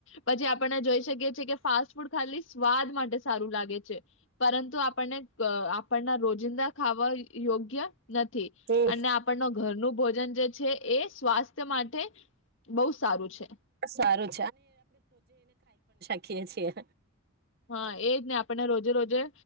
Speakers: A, on the left; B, on the right.
A: પછી આપને જોઈ શકીએ છીએ કે ફાસ્ટ ફૂડ ખાલી સ્વાદ માટે સારું લાગે. પરંતુ આપણને આપણના રોજિંદા ખાવાનું. યોગ્ય. નથી
B: હમ
A: અને આપણ ઘરનું ભોજન જે છે એ સ્વાસ્થ્ય માટે બહુ સારું છે.
B: સારું શખીએ છેએ.
A: હા એજ ને આપને રોજે રોજે